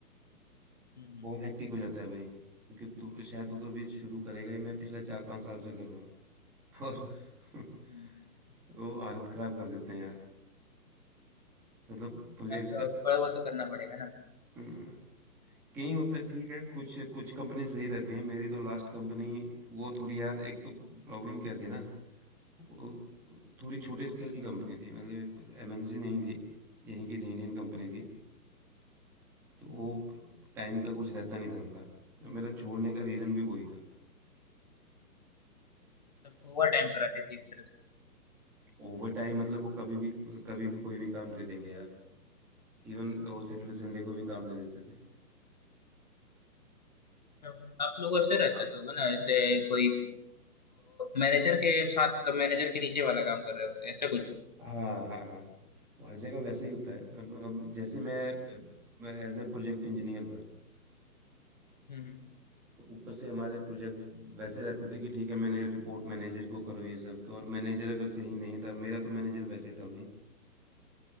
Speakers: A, on the left; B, in the centre.
A: हम्म,
B: बहुत हेक्टिक हो जाता है भाई क्योंकि तू शायद तू तो अभी शुरू करेगा ही मैं पिछले चार पाँच साल से कर रहा हूँ <laughs> और <laughs>
A: हम्म।
B: वो हालत खराब कर देते हैं यार मतलब प्रोजेक्ट
A: हाँ, तो
B: का
A: थोड़ा बहुत तो करना पड़ेगा ना
B: हम्म, कई होता है ठीक है कुछ कुछ कंपनी सही रहती हैं मेरी तो लास्ट कंपनी वो थोड़ी यार एक तो प्रॉब्लम क्या थी ना वो थोड़ी छोटे स्केल की कंपनी थी मतलब एमएनसी नहीं थी यहीं की थी इंडियन कंपनी थी तो वो टाइम का कुछ रहता नहीं था उनका मेरा छोड़ने का रीज़न भी वही था
A: मतलब ओवर टाइम कराती थी एक तरह से
B: ओवर टाइम मतलब वो कभी भी कभी भी कोई भी काम दे देंगे यार इवन वो सैटरडे संडे को भी काम दे देते थे
A: तो आप लोग ऐसे रहते तो होगा ना ऐसे कोई मैनेजर के साथ मतलब मैनेजर के नीचे वाला काम कर रहे हो ऐसा कुछ
B: हाँ हाँ हाँ वो हर जगह वैसे ही होता है अब अब जैसे मैं एज ए प्रोजेक्ट इंजीनियर था
A: हम्म
B: तो ऊपर से हमारे प्रोजेक्ट वैसे रहते थे कि ठीक है मैंने रिपोर्ट मैनेजर को करो ये सब तो और मैनेजर अगर सही नहीं था मेरा तो मैनेजर वैसे ही था भाई